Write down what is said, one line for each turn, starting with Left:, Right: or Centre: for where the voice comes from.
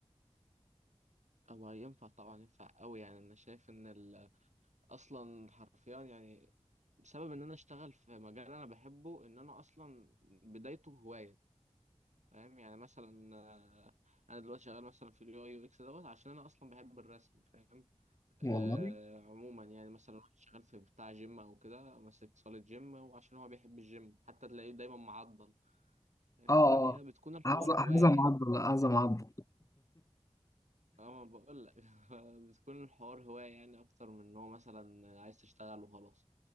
Right: هو ينفع طبعا ينفع قوي يعني انا شايف ان ال... اصلا حرفيا يعني بسبب ان انا اشتغل في مجال انا بحبه ان انا اصلا بدايته هوايه فاهم يعني مثلا آه، انا دلوقتي شغال مثلا في اليو اي يو اكس دوت عشان انا اصلا بحب الرسم فاهم آه
Left: والله
Right: عموما يعني مثلا واحد شغال في بتاع جيم او كده ماسك صاله جيم وعشان هو بيحب الجيم حتى تلاقيه دايما معضل فاهم
Left: اه
Right: فهي
Left: اه
Right: بتكون الحوار
Left: هذا
Right: هوايه
Left: هذا
Right: يعني
Left: معضل هذا معضل
Right: فاهم أنا بقول لك <laughs> بتكون الحوار هوايه يعني اكتر من ان هو مثلا عايز تشتغل وخلاص